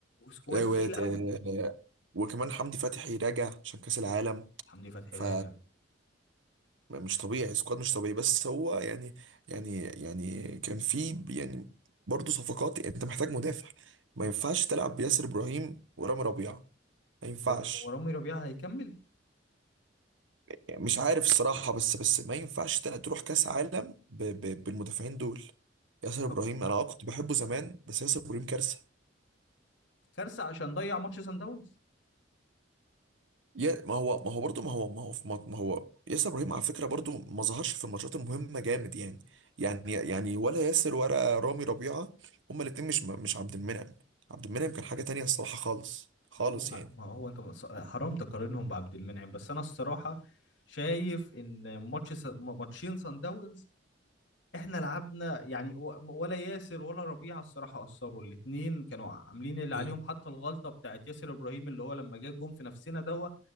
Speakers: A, on the left; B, on the right.
A: سكواد
B: لو-
A: تقيل
B: آه،
A: قوي
B: آه، آه. وكمان حمدي فتحي راجع عشان كأس العالم
A: حمدي فتحي
B: ف
A: راجع
B: مش طبيعي سكواد مش طبيعي بس هو يعني يعني يعني كان في يعني برضه صفقات يعني انت محتاج مدافع ما ينفعش تلعب بياسر ابراهيم ورامي ربيعه ما ينفعش
A: هو هو رامي ربيعة هيكمل
B: يعني مش عارف الصراحه بس بس ما ينفعش تل- تروح كاس عالم ب ب بالمدافعين دول ياسر ابراهيم
A: هو-
B: انا اه كنت بحبه زمان بس ياسر ابراهيم كارثه
A: كارثة عشان ضيع ماتش سان داونز
B: يا ما هو ما هو برضه ما هو ما هو في ما ما هو ياسر ابراهيم على فكره برضه ما ظهرش في الماتشات المهمه جامد يعني يعني يعني ولا ياسر ولا رامي ربيعه هما الاثنين مش مش عبد المنعم عبد المنعم كان حاجه تانية الصراحه خالص خالص
A: ما هو
B: يعني
A: ما هو انت مص- حرام تقارنهم بعبد المنعم بس انا الصراحة شايف ان ماتش س... م- ماتشين سان داونز احنا لعبنا يعني و- ولا ياسر ولا ربيعة الصراحة أثروا الاتنين كانوا عاملين اللي عليهم
B: اه
A: حتى الغلطة بتاعت ياسر إبراهيم اللي هو لما جه الجون في نفسنا دوت